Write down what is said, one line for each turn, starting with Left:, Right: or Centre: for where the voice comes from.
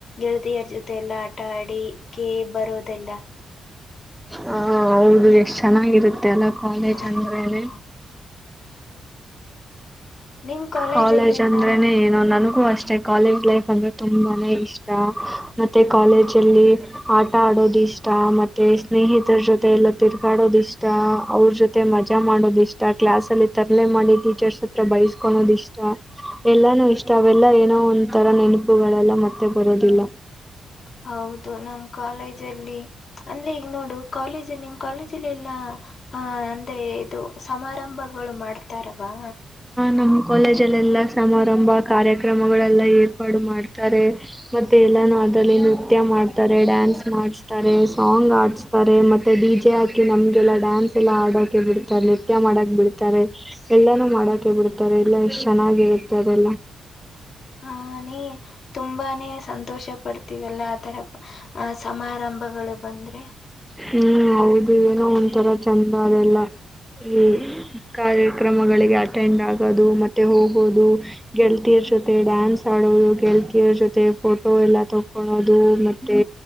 Left: ಹಳದಿಯರ್ ಜೊತೆ ಎಲ್ಲಾ ಆಟ ಆಡಿಿಕ ಬರೋದೆಲ್ಲ
Centre: ಹ ಹೌದು ಎಷ್ಟ್ ಚೆನ್ನಾಗಿರುತ್ತೆ ತ್ತಲ್ಲ ಕಾಲೇ
Left: ಹ್ಮ್
Centre: ಚಂದೇನೆ
Left: ನಿಮ್ ಕಾಲೇಜಲ್ಲೆಲ್ಲಾ
Centre: ಕಾಲೇಜ್ ಅಂದ್ರನನೆ ಏನುೋ ನನಗೂ ಅಷ್ಟೇ ಕಾಲೇಜ್ ಲೈಫ್ ಅಂದ್ರೆ ತುಂಬಾನೇ ಇಷ್ಟ ಮತ್ತೆ ಕಾಲೇಜ್ ಅಲ್ಲಿ ಆಟ ಆಡೋದು ಇಷ್ಟ ಮತ್ತೆ ಸ್ನೇಹಿತರ ಜೊತೆ ಎಲ್ಲ ತಿರುಗಾಡೋದ ಇಷ್ಟ ಅವ್ರ ಜೊತೆ ಮಜಾ ಮಾಡೋದ ಇಷ್ಟ ಕ್ಲಾಸ್ ಲ್ಲಿ ತರಲೆ ಮಾಡಿ ಟೀಚರ್ಸ್ ಹತ್ರ ಬಯಸ್ಕೊಳೋದ ಇಷ್ಟ ಎಲ್ಲಾನೂ ಇಷ್ಟ ಅವೆಲ್ಲಾ ಏನೋ ಒಂ ತರ ನೆನಪುಗಳೆಲ್ಲ ಮತ್ತೆ ಬರೋದಿಲ್ಲ
Left: ಹೌದು ನಮ್ ಕಾಲೇಜಲ್ಲಿ ಅಂದ್ರೆ ಈಗ ನೋಡು ಕಾಲೇಜ ನಿಮ್ ಕಾಲೇಜಲ್ಲಿ ಎಲ್ಲ ಅ ಅಂದ್ರೆ ಇದು ಸಮಾರಂಭ ಗಳು ಮಾಡ್ತಾರವಾ
Centre: ನಮ್ಮ್ ಕಾಲೇಜಲ್ಲೆಲ್ಲಾ ಸಮಾರಂಭ ಕಾರ್ಯಕ್ರಮಗಳೆಲ್ಲ ಏರ್ಪಾಡು ಮಾಡ್ತಾರೆ ಮತ್ತೆ ಎಲ್ಲ ನೋಡಳನು ನೃತ್ಯ ಮಾಡ್ತಾರೆ ಡ್ಯಾನ್ಸ್ ಮಾಡಸ್ತಾರೆ ಸಾಂಗ್ ಆಡ್ಸ್ತಾರೆ ಮತ್ತೆ ಡಿಜೆ ಹಾಕಿ ನಮ್ಗೆಲ್ಲ ಡಾನ್ಸ್ ಎಲ್ಲಾ ಆಡೋಕೆ ಬಿಡ್ತಾರೆ ನೃತ್ಯ ಮಾಡಕ ಬಿಡ್ತಾರೆ ಎಲ್ಲಾನು ಮಾಡಕೆ ಬಿಡ್ತಾರೆ ಎಲ್ಲ ಎಷ್ಟ್ ಚೆನ್ನಾಗಿರುತ್ತೆ ಅದೆಲ್ಲ
Left: ಹ ನೀ ತುಂಬಾನೇ ಸಂತೋಷ ಪಡ್ತೀವಲ್ಲ ಆ ತರ ಸಮಾರಂಭಗಳು ಬಂದ್ರೆ
Centre: ಹ್ಮ್ ಹೌದು ನ ಒಂಥರ ಚಂದ ಅದೆಲ್ಲ ಈ ಕಾರ್ಯಕ್ರಮಗಳಿಗೆ ಅಟೆಂಡ್ ಆಗೋದು ಮತ್ತೆ ಹೋಗೋದು ಗೆಳತಿಯರ ಜೊತೆ ಡ್ಯಾನ್ಸ್ ಆಡೋದು ಗೆಳತಿಯರ ಜೊತೆ ಫೋಟೋ ಎಲ್ಲ ತಕೊಳೋದು ಮತ್ತೆ